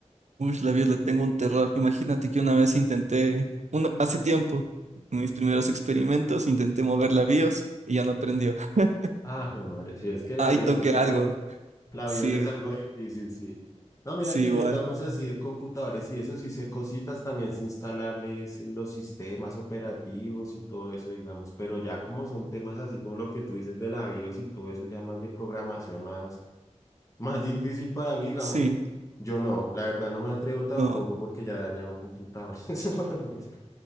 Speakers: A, on the right; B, on the left.
A: Uy, la vida, le tengo un terror. Imagínate que una vez intenté, una- hace tiempo, en mis primeros experimentos, intenté mover la BIOS y ya no prendió. <laughs>
B: Ah, <laughs> jue madre, si es que la
A: Ahí
B: BIOS
A: toqué
B: es algo.
A: algo.
B: La
A: Sí,
B: BIOS es algo difícil, sí. No, mira
A: sí,
B: que
A: igual.
B: yo, digamos así, de computadores y eso, sí sé cositas también, sé instalarles los sistemas operativos y todo eso, digamos, pero ya como son temas así como lo que tú dices de la BIOS y todo eso, ya más de programación, más, <laughs> más difícil para mí, digamos,
A: Sí,
B: yo no, la verdad no me atrevo tampoco
A: no.
B: porque ya he dañado computadores, <laughs> eso es lo mismo.